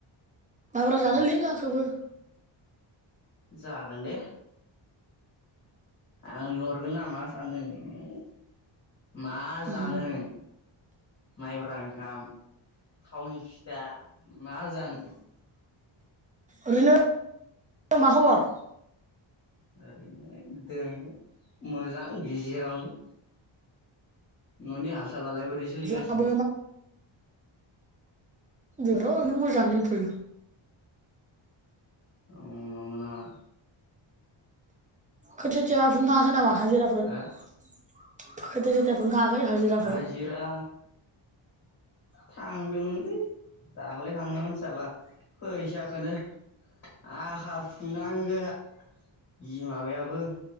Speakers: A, on the right; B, on the left.
A: माइब्रा जानो लिं आंखोबो।
B: जागोन दे आं लिंहरगोन ना मा सानदों। ओम मा
A: उम
B: जानो नों माइब्रा ओंखाम थावनि फिथा मा जानो
A: ओरिनो मा खबर?
B: ओरैनो दोङो मोजां गेजेरावनो। न'नि हाल सालालाय बोरै सोलिगासिनो?
A: जोंहाबो र' ओरैनो मोजां दंथ'यो।
B: ओं नंगौ नामा?
A: खोथियाथिया बुंनो थाङाखै नामा हाजिराफोर
B: हो
A: खोथिया सोथिया बुंनो थाङाखै हाजिराफोर?
B: हाजिरा थांदोंमोनलै। दाख्लै थांनो मोन साल्ला फैसाखोनो आखा फुनांगो जि माबायाबो